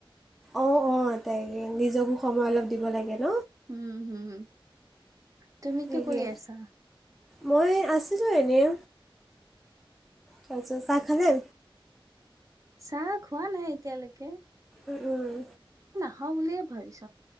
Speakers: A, in the centre; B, on the right (about 35°).
A: অ অ তাইে নিজকো সময় অলপ দিব লাগে ন
B: উম হম তুমি
A: তাকে
B: কি কৰি আছা
A: মই আছিলছোঁ এনেই তাৰচত চাহ খালে
B: চাহ খোৱা নাই এতিয়ালৈকে
A: উম উম
B: খাও বুলিয়ে ভাবিছ